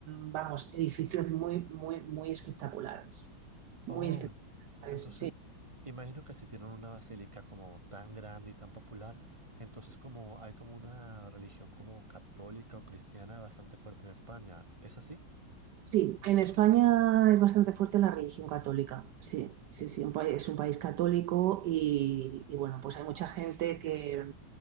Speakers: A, on the right; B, on the right.
A: mm, vamos, edificios muy, muy, muy espectaculares, muy
B: Oh,
A: espectaculares,
B: entonces,
A: sí.
B: imagino que si tienen una basílica como tan grande y tan popular, entonces como hay como una religión como católica o cristiana bastante fuerte en España, ¿es así?
A: Sí, en España es bastante fuerte la religión católica. Sí, sí, sí, un país, es un país católico y, y, bueno, pues hay mucha gente que,